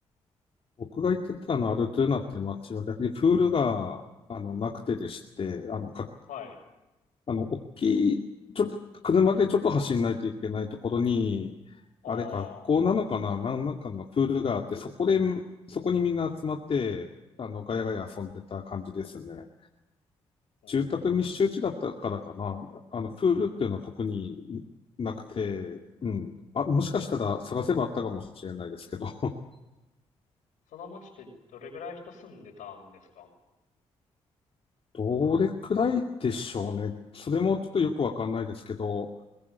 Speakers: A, on the left (about 45°); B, on the left (about 75°).
A: 僕が行ってたあのアルトゥーナって街は逆にプールが、あの、なくてでして、あの、か、
B: はい。
A: あの、大きい、ちょっと、車でちょっと走んないといけないところに、
B: ああ、
A: あれ、学校なのかな、なんなんかのプールがあって、そこで、そこにみんな集まって、あの、ガヤガヤ遊んでた感じですね。
B: うん。
A: 住宅密集地だったからかな。あの、プールっていうのは特になくて、うん。あ、もしかしたら探せばあったかもしれないですけど、<laughs>
B: その町ってどれぐらい人住んでたんですか
A: どれくらいでしょうね。それもちょっとよくわかんないですけど、